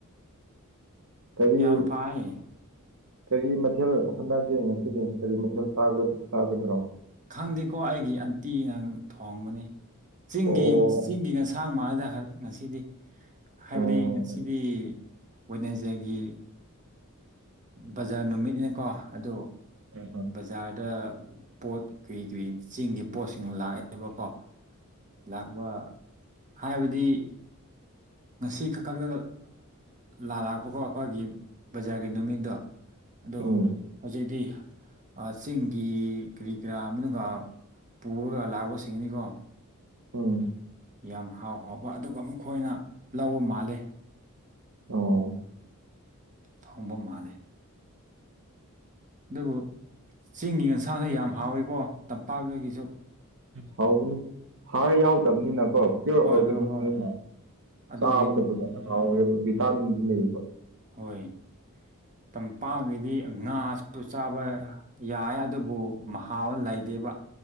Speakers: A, on the right (about 65°); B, on the right (about 35°).
A: ꯀꯔꯤ?
B: ꯌꯥꯝ ꯐꯥꯏꯌꯦ
A: ꯀꯔꯤ ꯃꯊꯦꯜ ꯍꯣꯠꯅꯒꯦ ꯉꯁꯤꯗꯤ, ꯀꯔꯤ ꯃꯊꯦꯜ ꯆꯥꯒꯗ꯭ꯔꯣ?
B: ꯈꯪꯗꯦꯀꯣ ꯑꯩꯒꯤ ꯑꯟꯇꯤꯅ ꯊꯣꯡꯕꯅꯤ ꯆꯤꯡꯒꯤ
A: ꯑꯣ
B: ꯆꯤꯡꯒꯤ ꯉꯁꯥꯏ ꯊꯥꯡ ꯃꯥꯥꯡꯗ ꯉꯁꯤꯗꯤ ꯍꯥꯏꯕꯗꯤ
A: ꯑꯣ
B: ꯉꯁꯤꯗꯤ ꯋꯦꯠꯅꯦꯖꯗꯦꯒꯤ꯫ ꯕꯖꯥꯔ ꯅꯨꯃꯤꯠꯅꯤꯅꯥꯀꯣ ꯑꯗꯨ
A: ꯎꯝ ꯍꯣꯏ꯫
B: ꯕꯖꯥꯔꯗ ꯄꯣꯠ ꯀ꯭ꯔꯤ ꯀ꯭ꯔꯤ ꯆꯤꯡꯒꯤ ꯄꯣꯠꯁꯤꯡ ꯂꯥꯛꯑꯦꯕꯀꯣ꯫ ꯂꯥꯛꯕ ꯍꯥꯏꯕꯗꯤ, ꯉꯁꯤ ꯈꯛ ꯈꯛꯇ ꯂꯥ ꯂꯥꯛꯄꯀꯣ ꯑꯩꯈꯣꯏꯒꯤ ꯕꯖꯥꯔꯒꯤ ꯅꯨꯃꯤꯠꯇꯣ꯫ ꯑꯗꯣ
A: ꯎꯝ
B: ꯍꯧꯖꯤꯛꯇꯤ꯫ ꯑꯥ ꯆꯤꯡꯒꯤ ꯀ꯭ꯔꯤ ꯀꯔꯥ ꯑꯃꯒ ꯄꯨꯔꯒ ꯂꯥꯛꯄ ꯁꯤꯡꯅꯤꯀꯣ꯫
A: ꯎꯝ
B: ꯌꯥꯝ ꯍꯥꯎ ꯍꯥꯎꯕ ꯑꯗꯨꯒ ꯃꯈꯣꯏꯅ ꯂꯧꯕ ꯃꯥꯂꯦ꯫
A: ꯑꯣ꯫
B: ꯊꯣꯡꯕ ꯃꯥꯜꯂꯦ꯫ ꯑꯗꯨꯕꯨ ꯆꯤꯡꯒꯤ ꯌꯦꯟꯁꯥꯡꯁꯦ ꯌꯥꯝ ꯍꯥꯎꯋꯤꯀꯣ ꯇꯝꯄꯥꯛꯇꯒꯤꯁꯨ꯫
A: ꯍꯧꯒꯅꯤ ꯍꯥꯔ ꯌꯥꯎꯗꯕꯅꯤꯅꯀꯣ꯫ ꯄꯤꯌꯣꯔ
B: ꯍꯣꯏ
A: ꯑꯣꯔꯒꯥꯅꯤꯛꯅꯦꯅ
B: ꯍꯣꯏ ꯍꯣꯏ ꯑꯗꯨꯒꯤꯅꯤ
A: ꯆꯥꯕꯗ ꯐꯖꯅ ꯍꯥꯎꯋꯦꯕ ꯚꯤꯇꯥꯃꯤꯟꯁꯨ ꯂꯩꯌꯦꯕ꯫
B: ꯍꯣꯏ ꯇꯝꯄꯥꯛꯀꯤꯗꯤ ꯉꯥꯁꯨ ꯆꯥꯕ ꯌꯥꯏ ꯑꯗꯨꯕꯨ ꯃꯍꯥꯎ ꯂꯩꯗꯦꯕ꯫